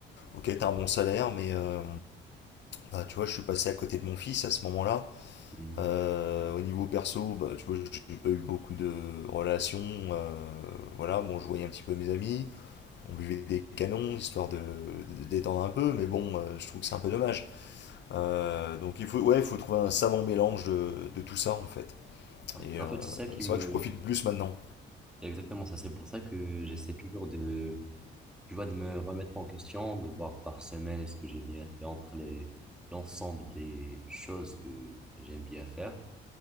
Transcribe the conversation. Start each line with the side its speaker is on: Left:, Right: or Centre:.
Left: Ok, t'as un bon salaire, mais euh, bah, tu vois, je suis passé à côté de mon fils à ce moment-là.
Centre: Mm.
Left: Euh, au niveau perso, bah, tu vois, j'ai pas eu beaucoup de relations. euh, voilà, bon, je voyais un petit peu mes amis. On buvait des canons, histoire de, de détendre un peu, mais bon, euh, je trouve que c'est un peu dommage. Euh, donc il faut, ouais, il faut trouver un savant mélange de, de tout ça en fait. Et
Centre: En
Left: euh,
Centre: fait, c'est ça qui
Left: c'est
Centre: me...
Left: vrai que je profite plus maintenant.
Centre: Exactement ça, c'est pour ça que j'essaie toujours de, tu vois, de me remettre en question, de voir par semaine est-ce que j'ai bien fait entre les, l'ensemble des choses que j'aime bien faire.